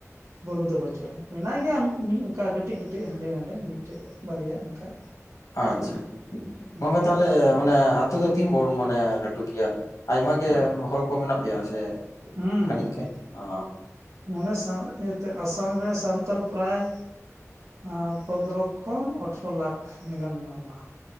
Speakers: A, on the right (about 70°); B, on the left (about 75°).
A: ᱵᱩᱨᱩ ᱫᱚ ᱵᱟᱹᱪᱩᱜ ᱟᱹᱱᱤᱡ, ᱢᱮᱱᱟᱭ ᱜᱮᱭᱟ ᱢᱤᱫ ᱚᱱᱠᱟ ᱠᱟᱹᱴᱤᱡ ᱠᱟᱹᱴᱤᱡ ᱦᱟᱸᱰᱮ ᱱᱟᱰᱮ ᱢᱤᱫᱴᱮᱱ ᱵᱟᱨᱭᱟ ᱚᱱᱠᱟ᱾
B: ᱟᱪᱪᱷᱟ
A: ᱦᱩᱸ
B: ᱜᱚᱝᱠᱮ ᱛᱟᱦᱞᱮ ᱢᱟᱱᱮ ᱟᱹᱛᱩ ᱫᱚ ᱛᱤᱱ ᱵᱚᱨ ᱢᱟᱱᱮ ᱞᱟᱹᱴᱩ ᱜᱮᱭᱟ᱾ ᱟᱭᱢᱟ ᱜᱮ ᱦᱚᱲ ᱠᱚ ᱢᱮᱱᱟᱜ ᱯᱮᱭᱟ ᱥᱮ
A: ᱦᱩᱸ
B: ᱠᱷᱟᱹᱱᱤᱠ ᱜᱮ ᱚ
A: ᱱᱚᱰᱮ ᱥᱟᱶ ᱤᱭᱟᱹᱛᱮ ᱟᱥᱟᱢ ᱨᱮ ᱥᱟᱱᱛᱟᱞ ᱯᱨᱟᱭ ᱟ ᱯᱚᱱᱫᱽᱨᱚ ᱠᱷᱚᱱ ᱟᱴᱷᱨᱚ ᱞᱟᱠᱷ ᱤᱱᱟᱹ ᱜᱟᱱ ᱢᱮᱱᱟᱜ ᱵᱚᱱᱟ᱾